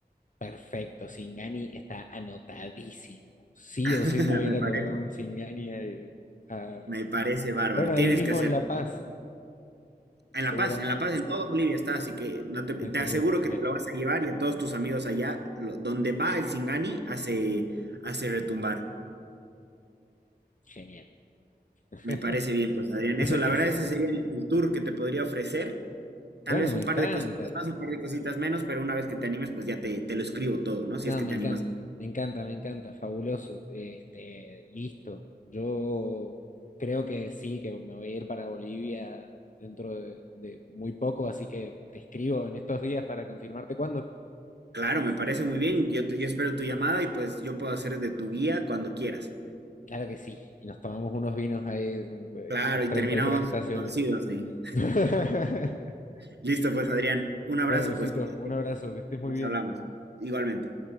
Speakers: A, on the left; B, on the right.
A: Perfecto, Singani está anotadísimo. Sí
B: <laughs>
A: o sí me voy
B: Me
A: a ir
B: parece.
A: a tomar un Singani. a- a-
B: Me parece bárbaro.
A: Bueno,
B: Tienes
A: ahí mismo
B: que hacer.
A: en La Paz,
B: En
A: seguramente
B: La Paz, en La Paz, en toda Bolivia está, así que no te,
A: me
B: te
A: tomé
B: aseguro
A: el primero.
B: que te lo vas a llevar y a todos tus amigos allá, lo- donde va el Singani, hace, hace retumbar.
A: Genial. <laughs>
B: Me parece bien, pues Adrián.
A: Ese-
B: Eso, la
A: ese-
B: verdad, ese sería el, el tour que te podría ofrecer. Tal
A: Bueno,
B: vez
A: me
B: un par
A: encanta.
B: de cositas más, un par de cositas menos, pero una vez que te animes, pues ya te, te lo escribo todo, ¿no? Si
A: No,
B: es que
A: me
B: te
A: encanta,
B: animas.
A: me encanta, me encanta, fabuloso. Este, listo. Yo creo que sí, que me voy a ir para Bolivia dentro de, de muy poco, así que te escribo en estos días para confirmarte cuándo.
B: Claro, me parece muy bien. Yo, te- yo espero tu llamada y pues yo puedo hacer de tu guía cuando quieras.
A: Claro que sí, y nos tomamos unos vinos ahí en, en
B: Claro,
A: las
B: y
A: 33
B: terminamos
A: estaciones.
B: torcidos ahí.
A: <laughs>
B: Listo, pues Adrián, un abrazo,
A: Bueno, Luisito,
B: pues cuídate,
A: un abrazo, que estés muy
B: nos
A: bien.
B: hablamos, igualmente.